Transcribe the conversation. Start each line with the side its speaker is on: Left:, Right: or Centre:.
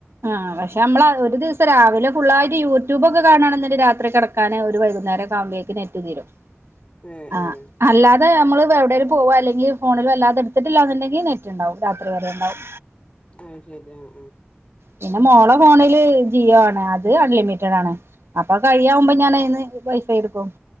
Right: ആ പക്ഷെ നമ്മള ഒരു ദിവസം രാവിലെ ഫുള്ളായിട്ട് യൂട്യൂബൊക്കെ കാണാണ് എന്ന് രാത്രി കിടക്ക കാരണം രു വൈകുന്നേരം ആവുമ്പോയേകും നെറ്റ് തീരും
Left: ഏഹ്
Right: ആഹ് അല്ലാതെ നമ്മൾ എവിടേലും പോവാ അല്ലെങ്കി ഫോൺ വല്ലാതെ എടുത്തിട്ടില്ലാ ഉണ്ടങ്കി ന്റൽ നെറ്റ് ണ്ടാവും രാത്രി വരെ ഉണ്ടാവും
Left: അത് ശരി ആഹ്
Right: പിന്നെ മോളെ ഫോണില് ജിയോ ആണ് അത് അൺലിമിറ്റഡ് ആണ് അപ്പൊ കഴിയാവുമ്പോ ഞാൻ അയ്‌ന്ന് വൈഫ്ഐ എടുക്കും എടുക്കും